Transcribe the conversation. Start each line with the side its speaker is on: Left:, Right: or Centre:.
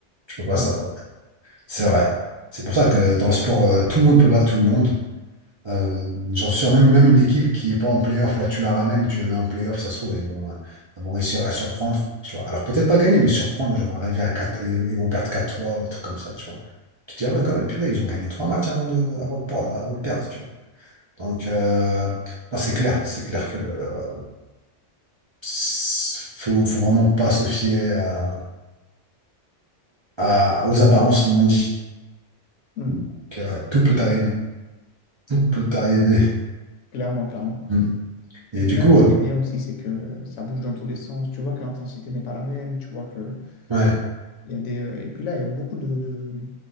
Right: Tu peux pas
Left: Ouais,
Right: savoir. C'est vrai. C'est pour ça que dans le sport, euh, tout le monde peut battre tout le monde. Euh, j'en suis sûr, même, même une équipe qui est pas en playoff, là, tu la ramènes, tu la mets en playoff, ça se trouve, elles vont, euh, elles vont réussir à surprendre. Tu vois. Alors peut-être pas gagner, mais surprendre, genre arriver à quatre et- ils vont perdre quatre trois ou des trucs comme ça, tu vois. Tu te dis, ah ouais,
Left: ouais.
Right: quand même, purée, ils ont gagné trois matchs avant de, avant de, perdre- avant de perdre, tu vois. Donc, euh, non, c'est clair, c'est clair que euh, s- faut, faut vraiment pas se fier à, à- aux apparences, comme on dit.
Left: Mm.
Right: Donc, euh, ouais, tout peut arriver, tout peut arriver.
Left: Clairement, clairement.
Right: Mm. Et
Left: Et puis
Right: du
Left: même,
Right: coup,
Left: ce
Right: euh,
Left: qui est bien aussi, c'est que ça bouge dans tous les sens. Tu vois que l'intensité n'est pas la même. Tu vois que
Right: ouais,
Left: il y a des. euh, Et puis là, il y a beaucoup de, de,